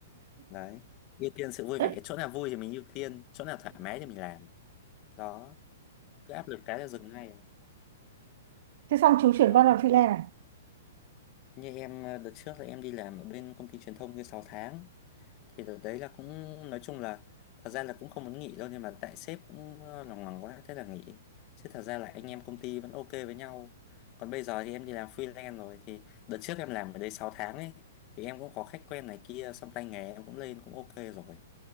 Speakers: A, on the left; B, on the right.
A: đấy ưu tiên sự vui
B: Ừ.
A: vẻ
B: <laughs>
A: chỗ nào vui thì mình ưu tiên chỗ nào thoải mái thì mình làm đó cứ áp lực cái là dừng ngay à.
B: Thế xong chú chuyển
A: đó
B: con làm freelance à?
A: như em ờ, đợt trước là em đi làm ở bên công ty truyền thông kia sáu tháng thì đợt đấy là cũng nói chung là thật ra là cũng không muốn nghỉ đâu nhưng mà tại sếp cũng ờ, lòng lòng quá thế là nghỉ chứ thật ra là anh em công ty vẫn ok với nhau còn bây giờ thì em đi làm freelance rồi thì đợt trước em làm ở đây 6 tháng ấy thì em cũng có khách quen này kia xong tay nghề em cũng lên cũng ok rồi